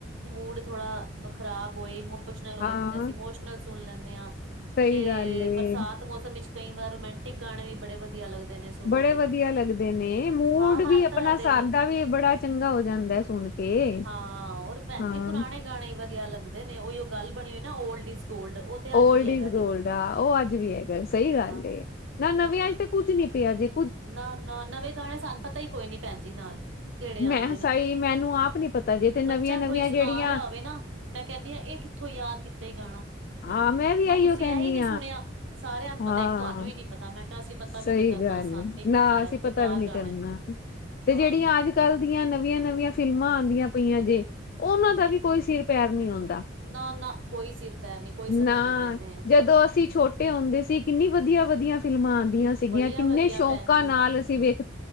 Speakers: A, on the right; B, on the left.
A: ਮੂਡ ਥੋੜਾ ਖ਼ਰਾਬ ਹੋਏ, ਇਮੋਸ਼ਨਲ ਹੋਏ
B: ਹਾਂ
A: ਤੇ ਅਸੀਂ ਇਮੋਸਜ ਸੁਣ ਲੈਂਣੇ ਆਂ।
B: ਸਹੀ
A: ਤੇ
B: ਗੱਲ ਏ
A: ਬਰਸਾਤ ਮੌਸਮ ਵਿੱਚ ਕਈ ਵਾਰ ਰੋਮਾਂਟਿਕ ਗਾਣੇ ਵੀ ਬੜੇ ਵਧੀਆ ਲੱਗਦੇ। ਨੇ ਸੁਣੋ
B: ਬੜੇ
A: ਤੇ।
B: ਵਧੀਆ ਲੱਗਦੇ ਨੇ। ਮੂਡ
A: ਹਾਂ, ਹਰ
B: ਵੀ ਆਪਣਾ
A: ਤਰ੍ਹਾਂ ਦੇ
B: ਸਾਦਾ ਵੀ ਬੜਾ ਚੰਗਾ ਹੋ ਜਾਂਦਾ ਸੁਣ ਕੇ
A: ਹਾਂ ਹੋਰ ਭੈਣ
B: ਹਾਂ
A: ਜੀ ਪੁਰਾਣੇ ਗਾਣੇ ਵਧੀਆਂ ਲੱਗਦੇ ਨੇ। ਉ ਗੱਲ ਬਣੀ ਹੋਈ ਨਾ ਓਲਡ ਇਜ਼ ਗੋਲਡ ਉਹ ਤੇ
B: ਓਲਡ
A: ਅੱਜ ਵੀ ਹੈਗਾ
B: ਇਜ਼ ਗੋਲਡ
A: ਜੇ।
B: ਆ ਉਹ ਅੱਜ ਵੀ ਹੈਗਾ ਸਹੀ ਗੱਲ
A: ਹਾਂ
B: ਏ। ਨਾ ਨਵਿਆਂ ਚ ਤੇ ਕੁੱਝ ਨੀ ਪਿਆ ਜੀ।
A: ਨਾ-ਨਾ ਨਵੇਂ ਗਾਣੇ ਸਾਨੂੰ ਪਤਾ ਹੀ ਕੋਈ ਨੀ ਭੈਣ ਜੀ ਨਾਲ। ਕਿਹੜੇ
B: ਮੈਂ
A: ਆਉਂਦੇ ਨੇ।
B: ਸਹੀ ਮੈਨੂੰ ਆਪ ਨੀ ਪਤਾ ਜੇ ਤੇ ਨਵੀਆਂ-ਨਵੀਆਂ
A: ਬੱਚਾ ਕੋਈ ਸੁਣਾ
B: ਜਿਹੜੀਆਂ
A: ਰਿਹਾ ਹੋਵੇ ਨਾ ਮੈਂ ਕੇਹਨੀ ਹਾਂ ਇਹ ਕਿੱਥੋਂ ਯਾਦ ਕੀਤਾ ਈ ਗਾਣਾ,
B: ਹਾਂ
A: ਕਹਿੰਦਾ ਮੰਮਾ
B: ਮੈਂ ਵੀ ਇਹੀਓ
A: ਤੁਸੀਂ
B: ਕਹਿੰਨੀ
A: ਆ ਹੀ ਨੀ ਸੁਣਿਆ। ਸਾਰਿਆਂ ਨੂੰ
B: ਹਾਂ,
A: ਪਤਾ ਇੱਕ ਤੁਹਾਨੂੰ ਹੀ ਨੀ ਪਤਾ, ਮੈਂ ਕਿਹਾ ਅਸੀਂ ਪਤਾ
B: ਸਹੀ
A: ਵੀ ਨੀ ਕਰਨਾ।
B: ਗੱਲ
A: ਸਾਨੂੰ ਨੀ
B: ਨਾ
A: ਪਤਾ ਹੈ
B: ਅਸੀਂ ਪਤਾ
A: ਬੇਕਾਰ
B: ਵੀ ਨੀ
A: ਗਾਣੇ
B: ਕਰਨਾ। ਤੇ
A: ਹਾਂ
B: ਜਿਹੜੀਆਂ ਆਜ ਅੱਜ ਕੱਲ੍ਹ ਦੀਆਂ ਨਵੀਆਂ-ਨਵੀਆਂ ਫਿਲਮਾਂ ਆਉਂਦੀਆਂ ਪਈਆਂ ਜੇ। ਉਹਨਾਂ ਦਾ ਵੀ ਕੋਈ ਸਿਰ ਪੈਰ ਨੀ ਆਉਂਦਾ।
A: ਨਾ-ਨਾ ਕੋਈ ਸਿਰ ਪੈਰ ਨੀ ਕੋਈ ਸਮਝ
B: ਨਾ
A: ਨੀ ਪੈਂਦੇ ਹੈ
B: ਜਦੋਂ ਅਸੀਂ ਛੋਟ ਵੇਖ ਆਉਂਦੇ ਸੀ ਕਿੰਨੀਆਂ ਵਧੀਆ-ਵਧੀਆ ਫਿਲਮਾਂ ਆਉਂਦੀਆਂ ਸੀਗੀਆਂ।
A: ਬੜੀਆ
B: ਕਿੰਨੇ
A: ਵਧੀਆ
B: ਸ਼ੌਕਾਂ
A: ਭੈਣ ਜੀ
B: ਨਾਲ ਅਸੀਂ ਵੇਖ